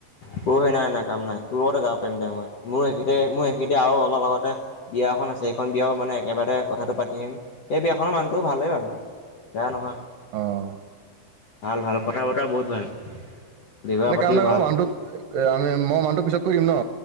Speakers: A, on the left (about 70°); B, on the right (about 75°).
A: তোৰ পৰহি নাই নাই কাম নাই তোৰ লগতে যাব পাৰিম দে মই মোৰ সেই মোৰ সেই আৰু অলপ আগতে বিয়া এখন আছে সেইখন বিয়াও মানে একেবাৰে কথাটো পাতিম সেই বিয়াখনৰ মানহটো ভালেই বাৰু বেয়া নহয়
B: অঁ
A: ভাল ভাল কথা বতৰা বহুত ভাল ব্যৱহাৰ
B: নে
A: পাতিও
B: কাম নাই কৰ
A: ভাল
B: মানুহটোক আমি মই মানুহটো পিছত কৰি দিম ন